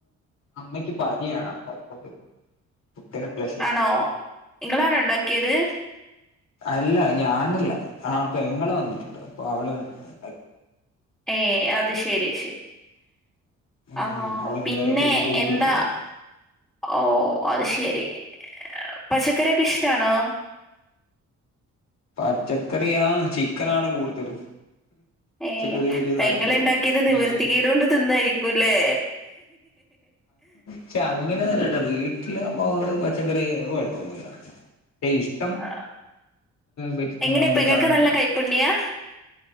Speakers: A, on the left; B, in the centre.
A: അമ്മയ്ക്ക് പയ ന്യാണ് അപ്പ അതുകൊണ്ട് <unintelligible> പ്ലഷർ
B: ആണോ നിങ്ങളാണോ ഉണ്ടാക്കിയത്
A: അല്ല ഞാനല്ല. ആ പെങ്ങള് വന്നിട്ടുണ്ട്. അപ്പോ അവള് ഉണ്ടാക്കി
B: ഏ അത് ശരി ശെ
A: ഉം
B: ആ
A: അവള്
B: പിന്നെ
A: ഇന്നലെ പോയി ഞാൻ കൂട്ടിക്കൊണ്ടു
B: എന്താ
A: വന്നു
B: ഓ അത് ശ രി പച്ചക്കറ്യോക്കെ ഇഷ്ടാണോ?
A: പച്ചക്കറിയാ ചിക്കനാണ് കൂടുതലും
B: ഏ
A: പച്ചക്കറി വലിയ
B: പയങ്ങളണ്ടാക്കിയത്
A: താല്പര്യമില്ല
B: നിവർത്തിക്കേടുകൊണ്ട്
A: പിന്നെ
B: തിന്നായിക്കൂല്ലേ?
A: ക്ഷേ അങ്ങനെ ഒന്നൂല്ലട്ടാ വീട്ടിലാമ്പോ പച്ചക്കറിയായും കൊഴപ്പൊന്നുല്യാ. പ്പ ഇഷ്ടം
B: ആഹ്
A: വെജ്
B: എങ്ങനെ
A: നോൺ
B: പെങ്ങക്ക്
A: വെജ് ആണെന്ന്
B: നല്ല കൈപ്പുണ്യാ?